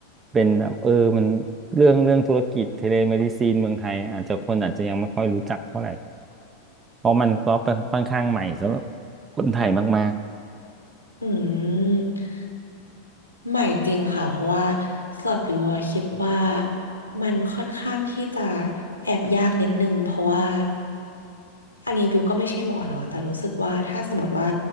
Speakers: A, on the right; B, on the left.
A: เป็นแบบเออมันเรื่องเรื่องธุรกิจเทเลเมดิซีนเมืองไทยอาจจะคนอาจจะยังไม่ค่อยรู้จักเท่าไหร่เพราะมันก็เป็นค่อนข้างใหม่สำหรับคนไทยมาก
B: อืมใหม่จริงค่ะเพราะว่าสอบบิวอะคิดว่ามันค่อนข้างที่จะแอบยากนิดนึงเพราะว่าอันนี้บิวก็ไม่ใช่หมอเนาะแต่รู้สึกว่าถ้าสมมติว่า